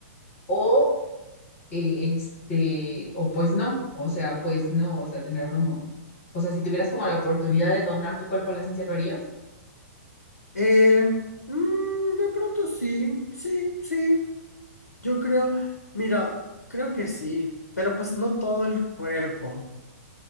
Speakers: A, on the left; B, on the left.
A: o, eh, este, o pues no, o sea, pues no, o sea, tenerlo uno. O sea, si tuvieras como la oportunidad de donar tu cuerpo a la ciencia, ¿lo harías? <laughs>
B: Eh, mm, de pronto sí, sí, sí. Yo creo, mira, creo que sí, pero pues no todo el cuerpo.